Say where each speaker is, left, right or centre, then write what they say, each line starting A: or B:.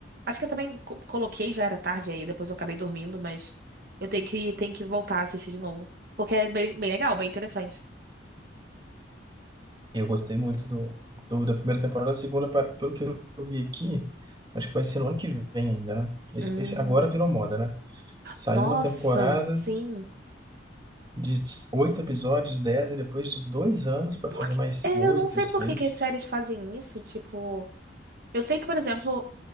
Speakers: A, on the right; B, on the right.
A: acho que eu também co- coloquei, já era tarde aí, depois eu acabei dormindo, mas eu tenho que, tenho que voltar a assistir de novo. Porque é bem, bem legal, bem interessante.
B: E eu gostei muito do, do- da primeira temporada. A segunda, pa- pelo que eu vi aqui, acho que vai ser no ano que vem ainda, né? Esse,
A: Hum,
B: esse agora virou moda, né? Saiu
A: nossa,
B: uma temporada
A: sim.
B: de oito episódios, dez, e depois de dois anos para
A: Porque,
B: fazer mais
A: é,
B: oito,
A: eu não sei
B: seis,
A: por que que as séries fazem isso. Tipo, eu sei que, por exemplo,